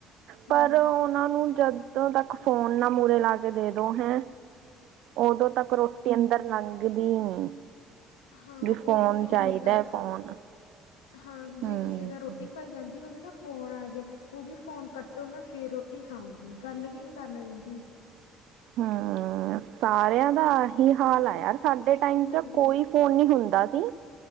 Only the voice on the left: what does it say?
ਹੂੰ-ਹੂੰ।
ਹਾਂ
ਉਹ
ਐਵੇਂ
ਹੀ ਕਰਦੀ
ਆ। ਹਾਂ। ਜੇ
ਕਿਸੇ ਦਾ ਰੋਟੀ ਖਾਈ ਜਾਂਦੀ ਹੋਵੇ ਨਾ। ਫੋਨ ਆ ਜੇ ਕਹੁਗੀ ਫੋਨ ਕੱਟੋ ਮੈਂ ਫੇਰ ਰੋਟੀ ਖਾਉਂਗੀ। ਗੱਲ ਵੀ ਨੀ ਕਰਨਾ ਦਿੰਦੀ।
ਹੂੰ,